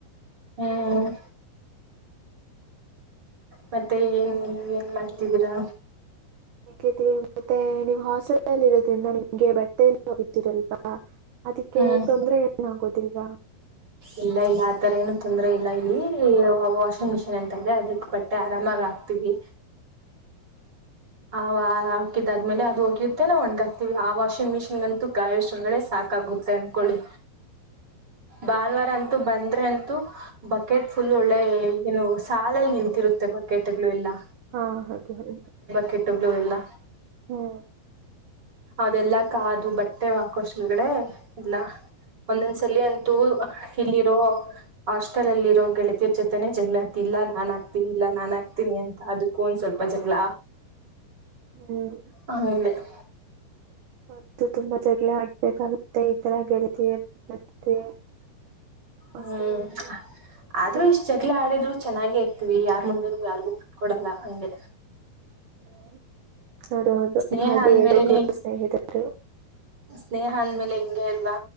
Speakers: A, on the right; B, on the right.
A: ಹ್ಮ್ ಮತ್ತೆ ನ್ ನೀ ಏನ್ ಮಾಡ್ತಿದ್ದೀರಾ
B: ಹೇಗ ಮತ್ತೆ ನೀವ್ ಹಾಸ್ಪೆಟಲ್ ಇರೋದ್ರಿಂದ ನಿಮಗೆ ಬಟ್ಟೆಲ್ಲ ಹೋಗಿದ್ದೀರಲ್ವಾ ಅದಕ್ಕೆ
A: ಹ್ಮ್
B: ತೊಂದ್ರ ಏನಾಗುತ್ತ ತ್ತಗ <inaudible>
A: ಇಲ್ಲ ಇಲ್ಲ ಆತರ ಏನು ತೊಂದ್ರ ಇಲ್ಲ ಇಲ್ಲಿ ವಾಷಿಂಗ್ ಮಿಷಿನ್ ಅಂತ ಇದೆ ಅದಕ್ ಬಟ್ಟೆ ಆರಾಮಾಗ ಆಕ್ತಿವಿ ಆ ಹಾಕಿದಾದ್ಮೇಲೆ ಅದು ಹೋಗಿಯುತ್ತೆ ನಾವ್ ಒಣ್ಗಾಕ್ತಿವಿ ಆ ವಾಷಿಂಗ್ ಮಿಷಿನ್ಗಂತೂ ಕಾಯಷ್ಟಗಡೆೇ ಸಾಕಾಗುತ್ತೆ ಅನ್ಕೊಳ್ಳಿ ಭಾನುವಾರ ಅಂತೂ ಬಂದ್ರೆ ಅಂತೂ ಬಕೆಟ್ ಫುಲ್ ಒಳ್ಳೆ ಏನು ಸಾಲಲ್ಲಿ ನಿಂತಿರುತ್ತೆ ಬಕೆಟ್ಗಳು ಎಲ್ಲಾ
B: ಹಾ ಹಾಗೆ ಹಾಗೆ
A: ಕೆಟ್ಟಬ್ಎಲ್ಲ
B: ಹ್ಮ್
A: ಅದೆಲ್ಲಾ ಕಾದು ಬಟ್ಟೆ ಹಾಕೋಷ್ಟಳಗಡೆ ಇಲ್ಲ ಒಂದೊಂದ್ಸಲಿ ಅಂತೂ ಇಲ್ಲಿರೋ ಹಾಸ್ಟೆಲ್ ಅಲ್ಲಿರೋ ಗೆಳತರ್ ಜೊತೆನೆ ಜಗಳತಿ ಇಲ್ಲಾ ನಾನ್ ಹಾಕ್ತೀನಿ ಇಲ್ಲಾ ನಾನ ಹಾಕ್ತೀನಿ ಅಂತ ಅದಕ್ಕೂ ಒಂದ ಸ್ವಲ್ಪ ಜಗಳ
B: ಹ್ಮ್
A: ಹ ಹ <inaudible>
B: ಹೌ <inaudible> ದು ತುಂಬಾ ತಗ್ಗಳ ಆಡ್ಬೇಕಾಗುತ್ತೆ ಈ ತರ ಗೆಳತಿ ಹ್ಮ
A: ಹ್ಮ್ ಆದ್ರೂ ಇಷ್ಟ್ ಜಗಳ ಆಡಿದ್ರು ಚೆನ್ನಾಗೆ ಇರ್ತೀವಿ ಯಾರ್ ಮುಂದ ಯಾರಿಗು ಕಟ್ಕೊಡಲ್ಲ ಹಂಗೆ
B: ಹ್ಮ್ ಅದು ಒಂದು
A: ಸ್ನೇಹ
B: ಹಾಗೆ
A: ಅಂದ್ಮೇಲೆನೆ
B: ಹೇಳ್ಬೇಕು ಸ್ನೇಹಿತರು
A: ಸ್ನೇಹ ಅಂದ್ಮೇಲೆ ಹಿಂಗೆ ಅಲ್ವಾ